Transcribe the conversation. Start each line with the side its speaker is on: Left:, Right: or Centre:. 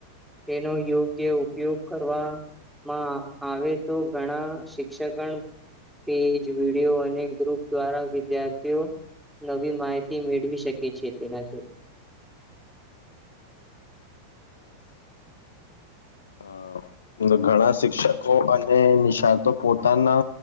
Centre: તેનો યોગ્ય ઉપયોગ કરવા માં આવે તો ઘણા શિક્ષકણ તેજ વિડીયો અને ગ્રુપ દ્વારા વિદ્યાર્થીઓ, નવી માહિતી મેળવી શકે છે તેનાથી.
Left: હ, ને ઘણા શિક્ષકો અને નિષ્ણાતો પોતાના,